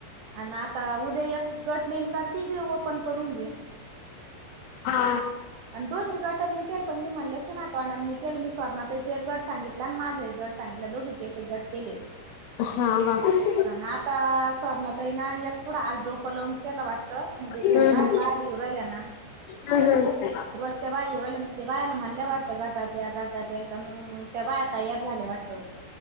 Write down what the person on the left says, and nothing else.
हा
हा कां
हम्म
हम्म हम्म